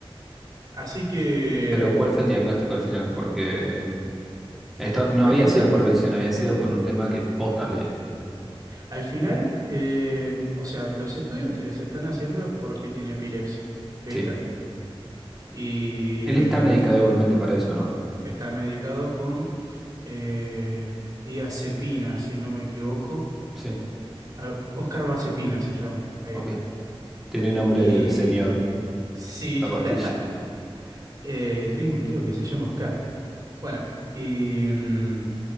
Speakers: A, on the right; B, in the centre.
A: Así que
B: Pero ¿cuál fue el diagnóstico al final? Porque esto no
A: al
B: había
A: final,
B: sido por revisión, había sido por un tema que posta le...
A: al final, eh, o sea, los estudios que les están haciendo es porque tiene epilepsia, ¿viste?
B: Sí.
A: Y
B: Él está medicado
A: mm,
B: igualmente para eso, ¿no?
A: está medicado con eh, diazepina, si no me equivoco.
B: Sí.
A: Al- Oscar Vacepina se llama. Ahí
B: Ok.
A: está.
B: Tiene nombre
A: Y
B: de señor,
A: sí,
B: la pastilla.
A: <laughs> eh, tengo un tío que se llama Oscar. Bueno, y, mm,